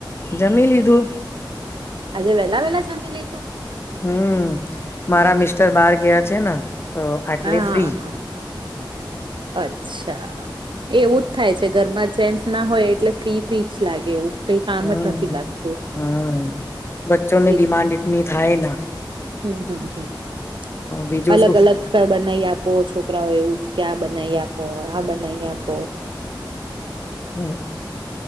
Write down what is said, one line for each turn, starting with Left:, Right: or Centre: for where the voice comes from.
Left: જમીનિું
Right: આજે વેહલા વેલા જમી લે તું-
Left: હમ મારા મિસ્ટર બહાર ગયા છે ને. તો આટલે
Right: હા
Left: ફ્રી
Right: હા અચ્છા. એવું જ થાય છે ઘરમાં જેન્ટસ ના હોય એટલે ફ્રી ફ્રીજ લાગે એવું કઈ કામ
Left: હમ
Right: જ નથી લાગતું
Left: હમ બચ્ચોની
Right: બીજું
Left: ડિમાન્ડ એટની થાય ના.
Right: હમ હમ હમ <unintelligible>
Left: બીજું
Right: અલગ
Left: શું
Right: અલગ બનાવી આપો છોકરાઓ એવું છે કે આ બનાવી આપ પો આ બનાઈયા આપ
Left: હમ